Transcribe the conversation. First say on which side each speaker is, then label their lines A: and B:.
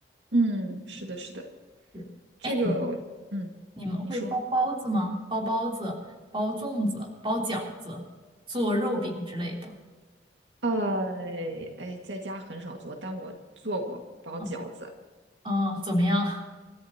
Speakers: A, on the right; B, on the right.
A: 嗯，嗯，是的，是的，
B: 对，
A: 这个我嗯，
B: 哎，你们你们会包包子吗？
A: 你说，
B: 包包子、包粽子、包饺子、做肉饼之类的。
A: 呃，哎，在家很少做，但我做过包饺子。
B: 嗯，嗯怎么样？